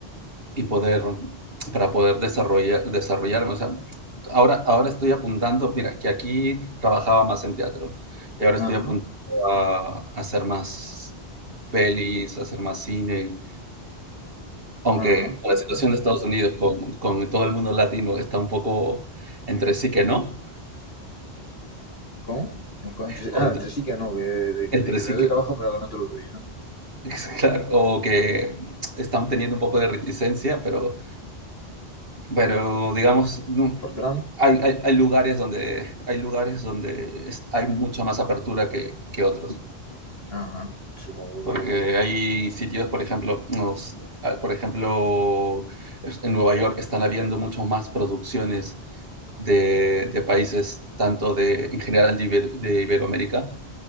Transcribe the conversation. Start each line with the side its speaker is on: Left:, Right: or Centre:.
Right: y poder, para poder desarrollar, desarrollarme. O sea, ahora, ahora estoy apuntando, mira, que aquí trabajaba más en teatro, y ahora
Left: Ajá,
Right: estoy apuntando a, a hacer más pelis, a hacer más cine, aunque
Left: ajá,
Right: con
Left: ajá.
Right: la situación de Estados Unidos, con, con todo el mundo latino, está un poco entre sí que no,
Left: ¿Cómo? Entre,
Right: contra-
Left: ah, entre sí que no, que, de, que,
Right: entre
Left: de que
Right: sí
Left: te doy
Right: que,
Left: trabajo pero que no te lo doy, ¿no?
Right: <laughs> Es Claro, o que están teniendo un poco de reticencia, pero, pero digamos, no,
Left: Por Trump.
Right: hay, hay, hay lugares donde, hay lugares donde es- hay mucha más apertura que, que otros.
Left: Ajá. Supongo
Right: Porque
Left: que.
Right: hay sitios, por ejemplo, nos- ah, por ejemplo, es- en Nueva York están habiendo mucho más producciones de, de países, tanto de, en general de, Iber- de Iberoamérica,